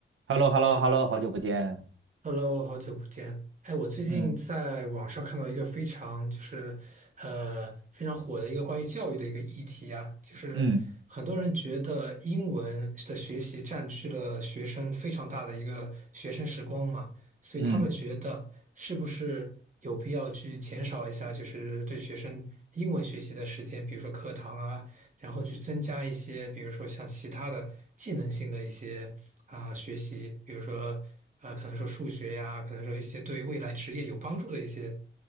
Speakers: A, on the right; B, on the right.
A: h e l l o h e l l o h e l l o 好久不见。
B: Hello，好久不见。哎，我最近在网上看到一个非常就是，
A: 嗯
B: 呃，非常火的一个关于教育的一个议题啊，就是很多人觉得英文的学习占据了学生非常大的一个学生时光嘛，
A: 嗯
B: 所以他们觉得是不是有必要去减少一下，
A: 嗯
B: 就是对学生英文学习的时间，比如说课堂啊，然后去增加一些，比如说像其他的技能性的一些啊、学习，比如说啊，可能说数学呀，可能说一些对未来职业有帮助的一些